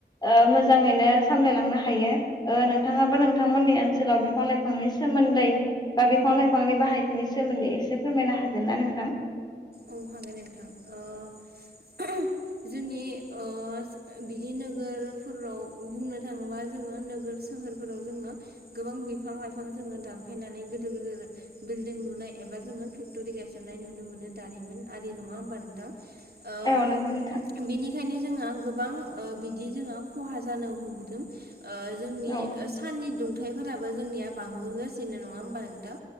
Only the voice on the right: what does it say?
औ हागोन नोंथां। ओ जोंनि ओ बिदि नोगोरफोराव बुंनो थाङोबा जोङो नोगोर सोहोरफोराव जोङो गोबां बिफां लाइफां जोङो दानफायनानै गोदो गोदोर बिल्डिं लुनाय एबा जोङो फेक्ट'रि गायसननाय नुनो मोनो। दारिमिन आरि नङा होमबा नोंथां ओ
बिनि खायनो जोंहा गोबां ओ बिदि जोंङो खहा जानो हमबोदों ओ जोंनि
ओ साननि दुंथाइफोराबो जोंनिया बांबोगासिनो नङा होमबा नोंथां